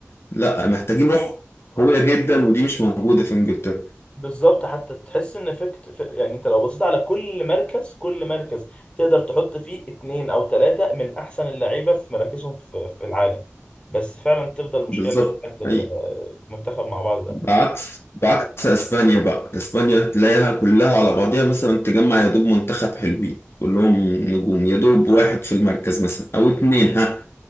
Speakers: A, on the left; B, on the left.
A: لا محتاجين روح قوية جدا ودي مش موجودة في انجلترا
B: بالظبط حتى تحس ان فكت ف- يعني انت لو بصيت على كل مركز كل مركز تقدر تحط فيه اتنين او تلاتة من احسن اللعيبه في مراكزهم في, في العالم بس فعلا تفضل المشكله
A: بالظبط
B: اللي هي بتاعت ال-
A: حقيقي
B: المنتخب مع بعض ده
A: بعكس بعكس اسبانيا بقى اسبانيا تلاقيها كلها على بعضيها مثلا تجمع يا دوب منتخب حلوين كلهم نجوم يا دوب واحد في المركز مثلا او اتنين ها